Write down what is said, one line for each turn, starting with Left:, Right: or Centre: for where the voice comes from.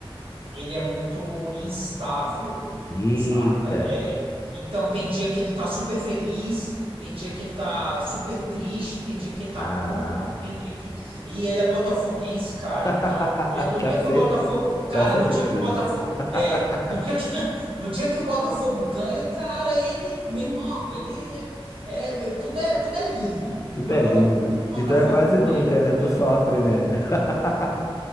Right: ele é muito instável,
Left: Eita,
Right: saca? É, então tem dia que ele tá super feliz, tem dia que ele tá super triste, tem dia que ele
Left: caraca.
Right: tá puto, tem dia que. E ele é botafoguense, cara.
Left: <laughs>
Right: Então, é, no
Left: Tá
Right: dia que
Left: sempre,
Right: o Botafogo. Cara,
Left: tá sempre
Right: no dia
Left: triste.
Right: que o Botafogo.
Left: <laughs>
Right: É. No dia que, <laughs> no dia que o Botafogo ganha, cara, ele, meu irmão, ele é, tudo é, tudo é lindo.
Left: Tudo
Right: Agora,
Left: é lindo.
Right: o
Left: Então
Right: Botafogo
Left: é quase nunca,
Right: perde,
Left: né? Tu
Right: cara.
Left: sofre, né? <laughs>